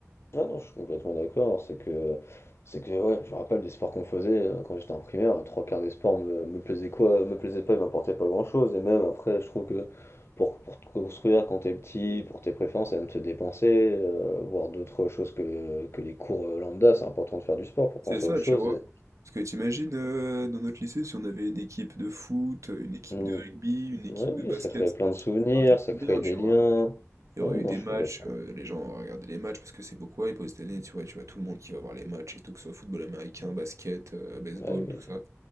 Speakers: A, on the left; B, on the right.
A: Ah non, je suis complètement d'accord. C'est que, c'est que ouais, je me rappelle des sports qu'on faisait euh, quand j'étais en primaire. euh, Trois quarts des sports me, me plaisaient quoi, me plaisaient pas, ils m'apportaient pas grand-chose. Et même après, je trouve que pour, pour te construire quand t'es petit, pour tes préférences, et même te dépenser, euh, voir d'autres choses que, que les cours euh, lambda, c'est important de faire du sport pour
B: C'est
A: penser
B: ça,
A: à autre chose.
B: tu vois.
A: Et-
B: Parce que t'imagines, euh, dans notre lycée, si on avait une équipe de foot, une équipe
A: Hmm.
B: de rugby, une équipe
A: Ouais, oui,
B: de basket,
A: ça crée
B: ça
A: plein de souvenirs,
B: aurait été trop
A: ça crée
B: bien, tu
A: des
B: vois.
A: liens.
B: Il y
A: Ah
B: aurait
A: oui,
B: eu
A: non,
B: des
A: je
B: matchs,
A: suis complètement.
B: euh, les gens auraient regardé les matchs parce que c'est beaucoup hype aux États-Unis, tu vois, tu vois tout le monde qui va voir les matchs et tout, que ce soit football américain, basket, euh, baseball,
A: Ah
B: tout
A: oui.
B: ça.